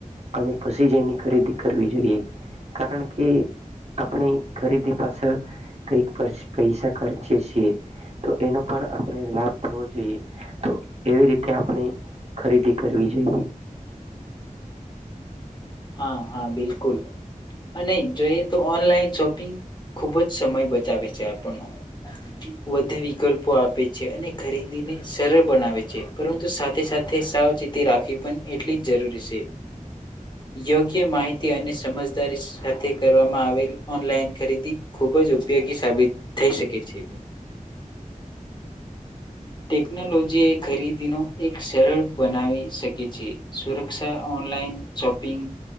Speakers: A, on the right (about 50°); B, on the left (about 30°).
A: અને પછી જ એની ખરીદી કરવી જોઈએ. કારણ કે આપણે ખરીદી પાછળ કઈક પચ પૈસા ખર્ચે છીએ તો એનો પણ આપણે લાભ થવો જોઈએ તો એવી રીતે આપણે ખરીદી કરવી જોઈએ.
B: હા હા બિલકુલ અને જોઈએ તો ઓનલાઈન શોપિંગ ખુબ જ સમય બચાવે છે આપણનો વધુ વિકલ્પો આપે છે અને ખરીદીને સરળ બનાવે છે પરંતુ સાથે સાથે સાવચેતી રાખવી પણ એટલી જ જરૂરી છે. યોગ્ય માહિતી અને સમજદારી સાથે કરવામાં આવેલ ઓનલાઈન ખરીદી ખૂબ જ ઉપયોગી સાબિત થઈ શકે છે ટેકનોલોજી એ ખરીદીનો એક સરળ બનાવી શકે છે સુરક્ષા ઓનલાઈન શોપિંગ